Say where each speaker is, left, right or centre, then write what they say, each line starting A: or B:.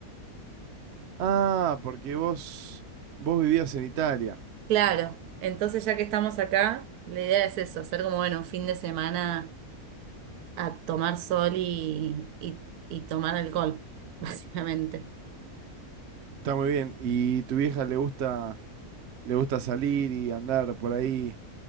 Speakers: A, on the right (about 60°); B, on the right (about 85°).
A: Ah, porque vos, vos vivías en Italia.
B: Claro, entonces ya que estamos acá, la idea es eso, hacer como, bueno, un fin de semana a tomar sol y, y, y tomar alcohol, <laughs> básicamente.
A: Está muy bien. ¿Y tu vieja le gusta, le gusta salir y andar por ahí